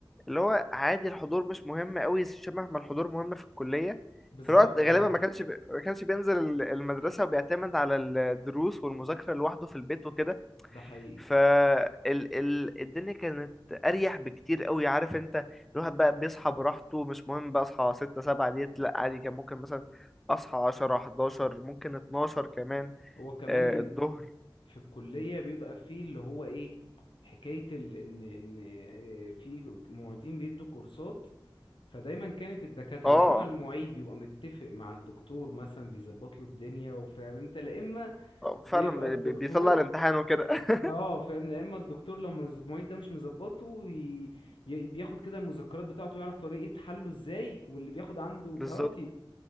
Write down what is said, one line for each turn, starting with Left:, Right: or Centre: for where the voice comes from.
Centre: اللي هو عادي الحضور مش مهم قوي شبه ما الحضور مهم في الكلية
Left: بالظبط
Centre: في الوقت غالبا
Left: اه
Centre: ما كانش بي... ما كانش بينزل ال- المدرسة وبيعتمد على الدروس والمذاكرة لوحده في البيت وكده
Left: ده حقيقي
Centre: فالدنيا كانت اريح بكتير قوي عارف انت الواحد بقى بيصحى براحته مش مهم بقى اصحى 6 7 ديت لا عادي كان ممكن مثلا اصحى 10 11 ممكن 12 كمان
Left: هو كمان
Centre: آه، الظهر
Left: في الكلية بيبقى فيه اللي هو ايه حكاية ال... ان ان آه، في معيدين بيدوا كورسات فدايما كانت الدكاترة
Centre: اه
Left: لا اما المعيد بيبقى متفق مع الدكتور مثلا بيظبط له الدنيا وفاهم انت لا اما
Centre: آه، فعلا
Left: بيبقى
Centre: بي-
Left: الدكتور
Centre: بي- بيطلع الامتحان وكده <laughs>
Left: اه فاهم يا اما الدكتور لما الز- المعيد ده مش مظبطه ي... ي- بياخد كده المذكرات بتاعته يعرف طريقة حله ازاي واللي بياخد عنده
Centre: بالظبط
Left: بتاع دوت